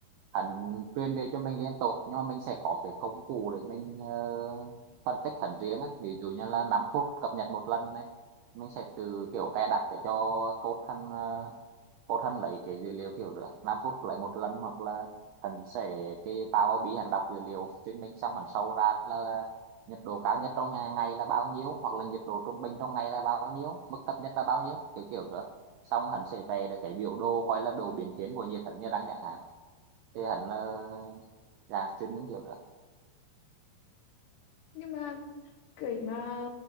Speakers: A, on the right; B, on the left.
A: hẳn truyền về cho mình liên tục nhưng mà mình sẽ có cái công cụ để mình ờ, phân tích hẳn riêng á. ví dụ như là 5 phút cập nhật một lần này mình sẽ từ kiểu cài đặt để cho code hẳn ờ, code hẳn lấy cái dữ liệu kiểu rồi 5 phút lấy một lần hoặc là hẳn sẽ cái Power BI hẳn đọc dữ liệu trên mình xong hẳn sâu ra là nhiệt độ cao nhất trong ngày là bao nhiêu hoặc là nhiệt độ trung bình trong ngày là bao nhiêu mức thấp nhất là bao nhiêu kiểu kiểu nữa xong hắn sẽ về được cái biểu đồ coi là đồ biến thiên của nhiệt hắn như đang chẳng hạn thì hắn là là chuyên môn kiểu nữa.
B: nhưng mà cái mà